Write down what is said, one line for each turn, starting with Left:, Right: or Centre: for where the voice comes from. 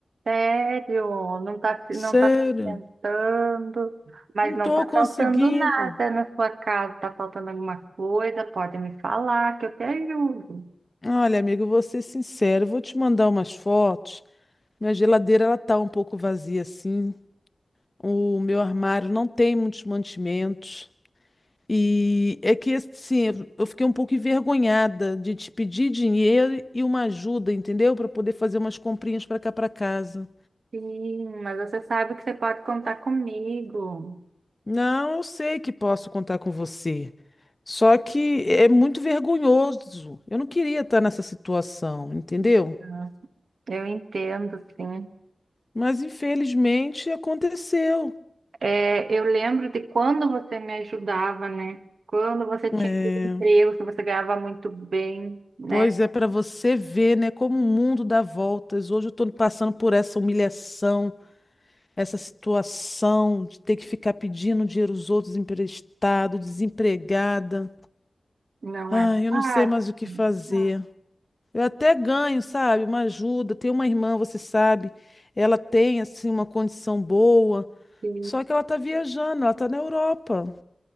Right: Sério, não tá, se-
Left: Sério,
Right: não tá se alimentando, mas
Left: não
Right: não
Left: tô
Right: tá
Left: conseguindo.
Right: faltando nada na sua casa, tá faltando alguma coisa, pode me falar que eu te ajudo.
Left: Olha, amigo, eu vou ser sincero, eu vou te mandar umas fotos. Minha geladeira ela tá um pouco vazia assim. O meu armário não tem muitos mantimentos. E é que assim, eu fiquei um pouco envergonhada de te pedir dinheiro e uma ajuda, entendeu? Para poder fazer umas comprinhas para cá para casa.
Right: Sim, mas você sabe que você pode contar comigo.
Left: Não, eu sei que posso contar com você. Só que é muito vergonhoso. Eu não queria estar nessa situação, entendeu?
Right: Então, Eu entendo, sim.
Left: Mas infelizmente aconteceu.
Right: É, eu lembro de quando você me ajudava, né? Quando você tinha
Left: É,
Right: aquele emprego, que você ganhava muito bem, né?
Left: Pois é, para você ver, né, como o mundo dá voltas. Hoje eu estou passando por essa humilhação. Essa situação de ter que ficar pedindo dinheiro aos outros emprestado, desempregada.
Right: Não
Left: Ai,
Right: é
Left: eu
Right: fácil.
Left: não sei mais o que
Right: não
Left: fazer.
Right: é fácil.
Left: Eu até ganho, sabe? Uma ajuda. Tem uma irmã, você sabe, ela tem assim uma condição boa,
Right: E,
Left: só que ela tá viajando, ela tá na Europa.